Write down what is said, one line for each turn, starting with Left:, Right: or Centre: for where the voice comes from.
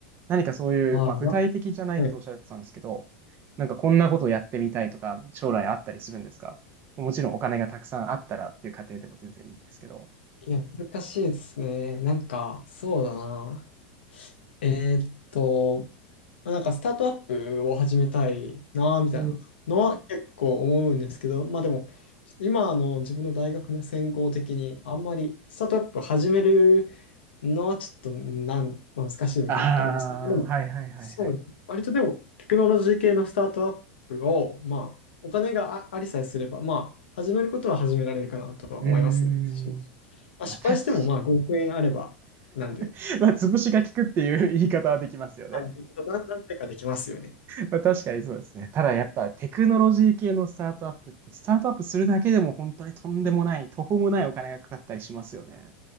Right: 何かそういう、
Left: ああ、
Right: まあ具体的じゃないとおっしゃってたんですけど、
Left: なはい。
Right: なんかこんなことをやってみたいとか、将来あったりするんですかもちろんお金がたくさんあったらっていう過程でも全然いいんですけど。
Left: いや、難しいですね。なんか、そうだな。えーっと、まあなんかスタートアップを始めたいな、みたいなのは結構思うんですけど、
Right: うん
Left: まあでも、ちょっと今の自分の大学の専攻的に、あんまりスタートアップ始めるのはちょっとなん、まあ難しいのかなと思いますけど、
Right: あ
Left: まあでも、
Right: あー、はいはいはいはい。
Left: そうですね。割とでも、テクノロジー系のスタートアップを、まあ、お金があ、ありさえすれば、まあ、始めることは始められるかなとは思いますね。
Right: うーん。
Left: まあ、
Right: まあ、
Left: 失敗しても、
Right: 確か
Left: まあ、5億円あれば、なんで、
Right: <laughs> まあ、潰しが効くっていう言い方はできますよね。
Left: はい、な何回かできますよね。
Right: まあ、確かにそうですね。ただやっぱテクノロジー系のスタートアップって、スタートアップするだけでも本当にとんでもない、途方もないお金がかかったりしますよね。